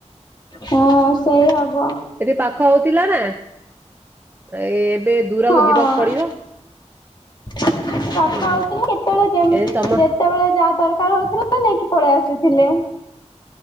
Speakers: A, on the left (about 35°); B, on the right (about 15°).
A: ହଁ ସେଇ ହବ
B: ଏଠି ପାଖ ହଉଥିଲା ନା ଏ ଏବେ ଦୂରକୁ
A: ହଁ।
B: ଯିବାକୁ ପଡିବ।
A: <inaudible> ପାଖ
B: ହୁଁ।
A: ହଉଥିଲା କେତେବେଳେ ଯେମିତି
B: ଏ ସମ
A: ଯେତେବେଳେ ଯାହା ଦରକାର ହଉଥିଲା ନେଇକି ପଳେଇ ଆସୁଥିଲେ।